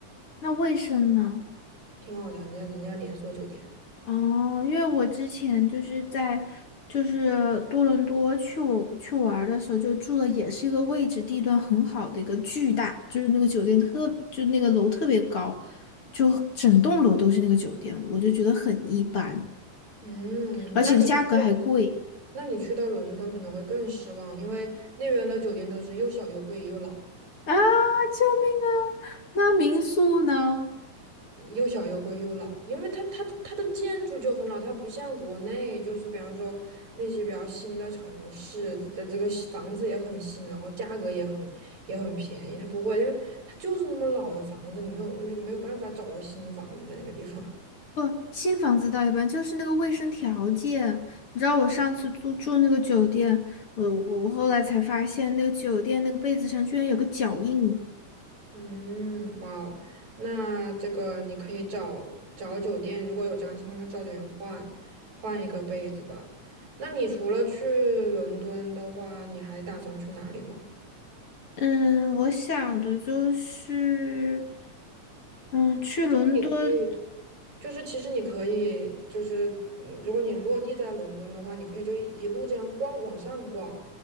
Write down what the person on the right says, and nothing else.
挺好的，人家人家连锁酒店。
嗯，
那你去那你去到伦敦可能会更失望，因为那边的酒店都是又小又贵又老，
又小又贵又老，因为它它它的建筑就很老，它不像国内，就是比方说那些比较新的城市的这个房子也很新，然后价格也很也很便宜，它不会，因为它就是那么老的房子，你没有你没有办法找到新房子在那个地方。
嗯，哇哦，那这个你可以找找酒店，如果有这样情况，跟以找酒店换换一个被子吧。那你除了去伦敦的话，你还打算去哪里吗？
其实你可以，就是其实你可以，就是嗯如果你落地在伦敦的话，你可以就一一路这样逛，往上逛。